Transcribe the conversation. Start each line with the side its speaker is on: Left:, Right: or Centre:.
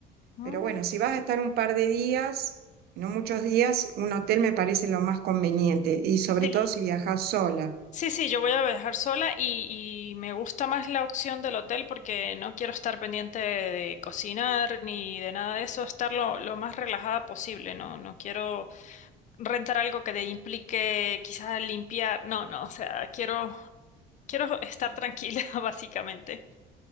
Left: Mm,
Right: Pero bueno, si vas a estar un par de días, no muchos días, un hotel me parece lo más conveniente y sobre
Left: Sí.
Right: todo si viajas sola.
Left: Sí, sí, yo voy a viajar sola y, y me gusta más la opción del hotel porque no quiero estar pendiente de cocinar ni de nada de eso, estar lo, lo más relajada posible, no, no quiero rentar algo que te implique quizás limpiar, no, no, o sea, quiero, quiero estar tranquila, <laughs> básicamente.